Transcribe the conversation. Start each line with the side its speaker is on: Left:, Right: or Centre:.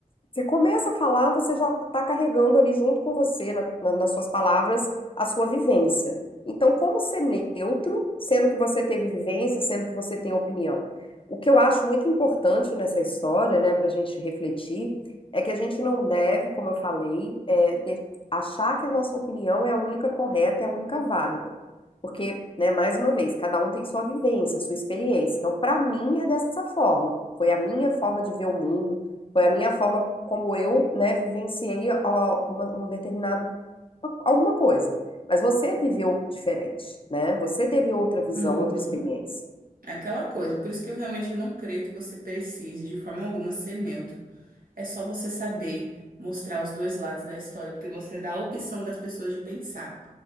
Left: Você começa a falar, você já está carregando ali junto com você, na- na- nas suas palavras, a sua vivência. Então, como ser neutro, sendo que você teve vivência, sendo que você tem opinião? O que eu acho muito importante nessa história, né, para a gente refletir, é que a gente não deve, como eu falei, é, de- achar que a nossa opinião é a única correta, é a única válida. Porque, né, mais uma vez, cada um tem sua vivência, sua experiência. Então, para mim, é dessa forma. Foi a minha forma de ver o mundo foi a minha forma como eu, né, vivenciei ó, uma- um determinado alguma coisa. Mas você viveu diferente, né? Você teve outra visão,
Right: Uhum.
Left: outra experiência.
Right: É aquela coisa, por isso que eu realmente não creio que você precise de forma alguma ser neutro. É só você saber mostrar os dois lados da história, porque você dá a opção das pessoas de pensar,